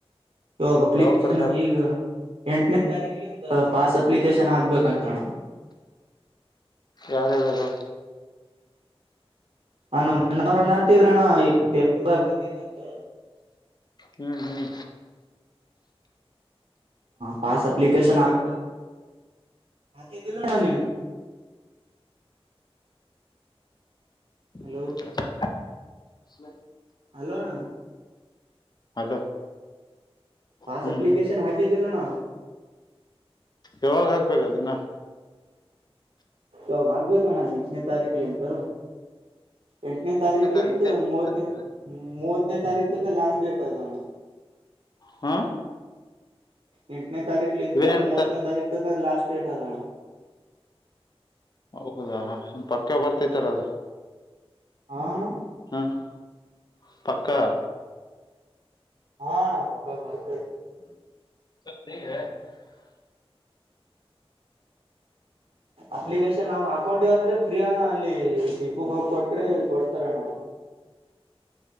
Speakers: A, on the right; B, on the left.
A: ಇಗ ಅಪ್ಲಿಕೇಶನ್
B: ಯಾವಾಗ ಕರ್ದಾರ
A: ಈಗ ಎಂಟನೇ ತಾರೀಕಲಿಂತ ಪಾಸ್ ಅಪ್ಲಿಕೇಶನ್ ಹಾಕ್ಬೇಕಂತಣ್ಣ
B: ಯಾರು ಹೇಳಿದು
A: ಹಮ್ ನಮ್ಮ ಅಣ್ಣಾವ್ರು ದ್ರಣ ಪೇಪರ್ದಾಗ ಬಂದಿಂತ ತ್ತ
B: ಹ್ಮ್ ಹ್ಮ್
A: ಪಾಸ್ <inaudible> ಅಪ್ಲಿಕೇಶನ್ ಹಾಕ್ಬೇಕು ಹಾಕಿದ್ದಿಲ್ಲಣ್ಣ ನೀನು
B: <inaudible> ಸ <unintelligible>
A: ಹಲೋ ಹಲೋಣ್ಣ
B: ಹಲೋ
A: ಪಾಸ್
B: ಹ್ಮ್
A: ಅಪ್ಲಿಕೇಶನ್
B: ಹ್ಮ್
A: ಹಾಕಿದ್ದಿಲ್ಲಣ್ಣ
B: ಯಾವಾಗ ಹಾಕ್ಬೇಕ ಅದಿನ
A: ಇಾಗ ಹಗ್ಬೇಕಣ್ಣ ಎಂಟನೇ ತಾರೀಕ್ಲಿಂತ ಎಂಟನೇ ತಾರಖಲ್ಲಿಂತ
B: ತಾರೀಕು ಇದೆ ಎಂಟನೇ
A: ಮೂವತ್ನ
B: ತಾರೀಕು
A: ಮೂವತ್ ಇನೆ ತಾರಖ ತ ಲಾಸ್ಟ್ ಟ್ ಡೇಟ್ ಅದಾ ಅಣ್ಣ
B: ಹಾ
A: ಇಂಟನೆ ತಾರ ಲಂತಂತ
B: ಇದೇ ಎಂಟು
A: ಮೂವತ್ತನ ತಾರಖ ತ ಲಾಸ್ಟ್ ಡೇಟ್ ಅದಾ ಅಣ್ಣಾ
B: ಹೌದಾ ಚಕ್ಕ ಬರ್ತೈತರ ಅ
A: ಆಣ್ಣ್
B: <unintelligible> ಪಕ್ಕಾ
A: ಹ ಅಣ ಪಕ್ಕ ಬರ್
B: <unintelligible> ಈಗ
A: ಅಪ್ಲಿಕೇಶನ್ ನಾವು ಹಾಕೊಂಡಿವಿ ಅಂದ್ರೆ ಪ್ರಿಯಣ ಅಲ್ಲಿ ಡೀಪುಗ್ ಹೋಗಿ ಕೊಟ್ರೆ ಕೊಡ್ತಾರಣ ಅವ್ರು